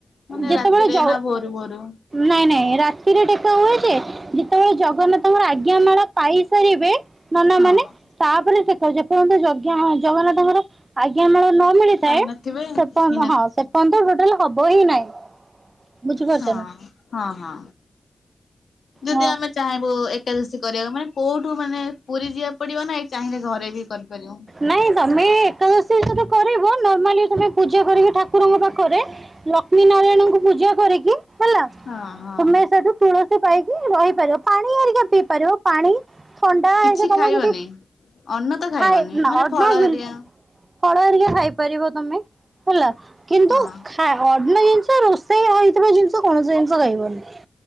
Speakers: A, on the left (about 75°); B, on the right (about 45°).
A: ମାନେ
B: ଯେତେବେଳେ
A: ରାତିରେ
B: ଜ-
A: ନା ଭୋରୁ ଭୋରୁ
B: ନାଇଁ ନାଇଁ ରାତିରେ ଡେକା ହୁଏଜେ ଯେତେ ବେଳେ ଜଗନ୍ନାଥ ଙ୍କ ଆଜ୍ଞା ମାଳ ପାଇସାରିବେ ମନା
A: ହଁ।
B: ମାନେ ତାପରେ ଦେଖ ଯେ ପର୍ଯ୍ୟନ୍ତ ଯଜ୍ଞ ହଉଚି ଜଗନ୍ନାଥ ଙ୍କର ଆଜ୍ଞା ମାଳ ନ ମିଳିଚି
A: ପାଇନଥିବେ
B: ସେପ
A: ହେଇନଥିବ।
B: ହଁ ସେପନ୍ତ ତ ଟୋଟାଲ ହବ ହିଁ ନାହିଁ। ବୁଝିପାରୁଛ
A: ହଁ
B: ନା
A: ହଁ ହଁ ଯଦି
B: ହଁ
A: ଆମେ ଚାହିଁବୁ ଏକାଦଶୀ କରିବାକୁ ମାନେ କୋଉଠୁ ମାନେ ପୁରୀ ଯିବା ପଡିବ ନା ଏଇ ଚାହିଁଲେ ଘରେ ବି କରିପାରିବ।
B: ନାଇଁ ତମେ ଏକାଦଶୀ ସତ କରିବ ନର୍ମାଲି ତମେ ପୂଜା କରିକି ଠାକୁର ଙ୍କ ପାଖରେ ଲକ୍ଷ୍ମୀ ନାରାୟଣଙ୍କୁ ପୂଜା କରିକି ହେଲା
A: ହଁ ହଁ।
B: ତୁମେ ସେଠୁ ତୁଳସୀ ପାଇକି ରହିପାରିବ ପାଣି ଆରିକା ପିଇ ପାରିବ। ପାଣି ଥଣ୍ଡା
A: କିଛି
B: ତମେ
A: ଖାଇବନି
B: ଯଦି
A: ଅନ୍ନ ତ ଖାଇବନି
B: ଖାଇ ନ
A: ମାନେ
B: ଅର୍ଣ୍ଣ
A: ଫଳ
B: ବିଲକୁଲ
A: ହେରିଆ
B: ଫଳ ହରିକା ଖାଇ ପାରିବ ତମେ ହେଲା କିନ୍ତୁ
A: ହଁ
B: ଖା ଅର୍ଣ ଜିନିଷ ରୋଷେଇ ହେଇଥିବା ଜିନିଷ କୌଣସି ଜିନିଷ ଖାଇବନି